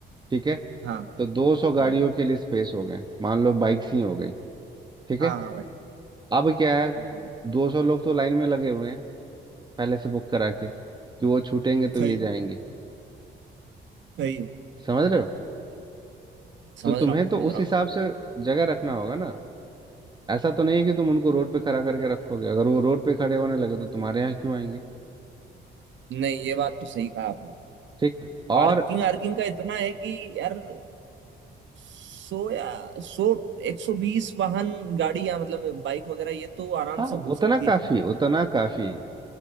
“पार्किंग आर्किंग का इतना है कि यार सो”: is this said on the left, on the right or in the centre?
Right